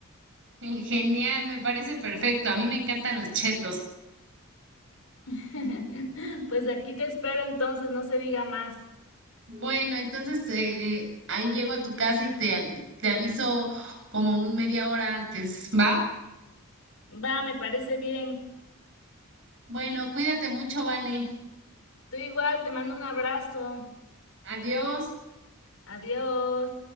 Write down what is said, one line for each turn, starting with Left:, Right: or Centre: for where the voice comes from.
Right: <laughs> Genial, me parece perfecto. A mí me encantan los chetos.
Left: <laughs> Pues aquí te espero entonces, no se diga más.
Right: Bueno, entonces eh, ahí llego a tu casa y te, te aviso como un media hora antes, ¿va?
Left: Va, me parece bien.
Right: Bueno, cuídate mucho, Vane.
Left: Tú igual, te mando un abrazo.
Right: Adiós.
Left: Adiós.